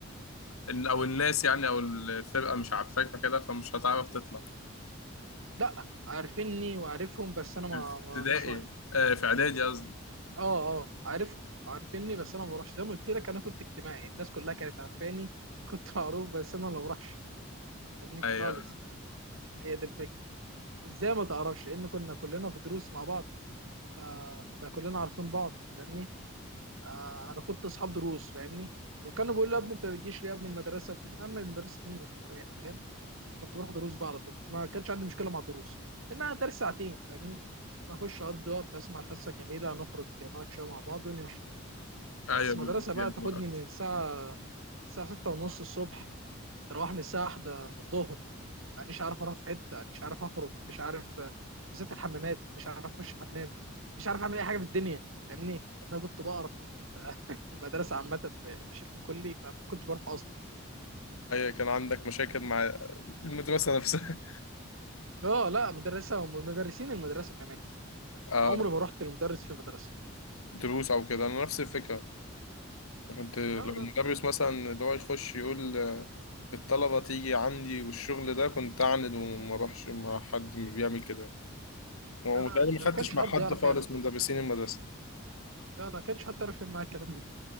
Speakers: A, on the left; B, on the right.
A: إن- او الناس يعني او الفرقه مش عارفاك فكده فمش هتعرف تطلع
B: لا عارفيني وعارفهم بس انا ما
A: في
B: ما-
A: ابتدائي
B: مش رايح
A: آه، في اعدادي
B: فاهمني
A: قصدي
B: اه اه عارفهم عارفيني بس انا ما بروحش زي ما قلت لك انا كنت اجتماعي الناس كلها كانت عارفاني كنت <laughs> معروف بس انا ما بروحش فاهمني
A: ايوه
B: خالص هي دي الفكره ازاي ما تعرفش لان كنا كلنا في دروس مع بعض فكنا كلنا عارفين بعض فاهمني آه انا كنت اصحاب دروس فاهمني وكانوا بيقولوا لي يا ابني انت ما بتجيش ليه يا ابني المدرسه يا عم مدرسه مين يا عم رايح فاهم كنت بروح دروس بقى على طول ما كانش عندي مشكله مع الدروس انها درس ساعتين فاهمني اخش اقضي وقت اسمع الحصه جميله نخرج نقعد شويه مع بعض ونمشي
A: ايوه
B: بس المدرسه
A: بيبقى فيها
B: بقى تاخدني
A: بقى أكتر.
B: من الساعه الساعه 6 ونص الصبح تروحني الساعه 1 الظهر مانيش عارف اروح في حته مانيش عارف اخرج مانيش عارف بالذات الحمامات مانيش عارف اخش حمام مش عارف اعمل اي حاجه في الدنيا فاهمني لأن انا كنت بقرف من المدرسه عامه ب- بشكل كلي فما كنتش بروح اصلا
A: ايوه كان عندك مشاكل مع المدرسه نفسها <laughs>
B: اه لا مدرسه ومدرسين المدرسه كمان
A: اه
B: يعني عمري ما رحت لمدرس في المدرسه
A: دروس او كده انا نفس الفكره كنت لو
B: لا لا
A: المدرس مثلا اللي هو يخش يقول آه، الطلبه تيجي عندي والشغل ده كنت اعند وما اروحش مع حد بيعمل كده ومتهيألي
B: لا
A: ما
B: ما
A: خدتش
B: كانش
A: مع
B: حد
A: حد
B: يعرف
A: خالص
B: يعمل ده
A: من مدرسين المدرسه
B: لا لا ما كانش حد يعرف يعمل معايا الكلام ده